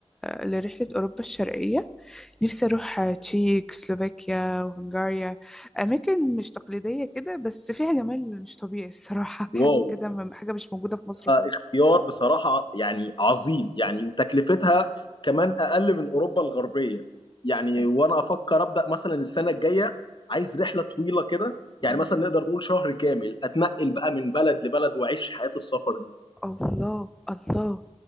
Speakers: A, in the centre; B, on the left.
A: لرحلة أوروبا الشرقية نفسي أروح تشيك سلوفاكيا وهنغاريا أماكن مش تقليدية كده بس فيها جمال مش طبيعي الصراحة <laughs> حاجة
B: واو
A: كده م- حاجة مش موجودة في مصر خالص
B: اختيار بصراحة يعني عظيم يعني وتكلفتها كمان أقل من أوروبا الغربية يعني
A: أي-
B: وأنا أفكر أبدأ مثلا السنة الجاية عايز رحلة طويلة كده
A: اه
B: يعني مثلا نقدر نقول شهر كامل أتنقل بقى من بلد لبلد وأعيش حياة السفر دي
A: الله الله